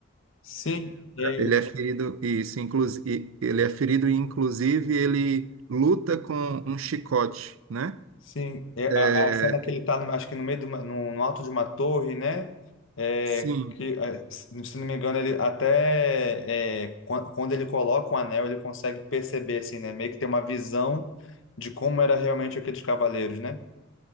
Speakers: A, on the left (about 75°); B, on the right (about 90°).
A: Sim. é,
B: Ele é ferido, isso, inclusive, ele é ferido e, inclusive, ele luta com um chicote, né?
A: Sim, é,
B: Eh,
A: a, a cena que ele tá, no- acho que no meio do, no, no alto de uma torre, né? É,
B: sim,
A: que, é, se se não me engano, ele até é, quan- quando ele coloca o anel, ele consegue perceber, assim, né? Meio que ter uma visão de como era realmente aqueles cavaleiros, né?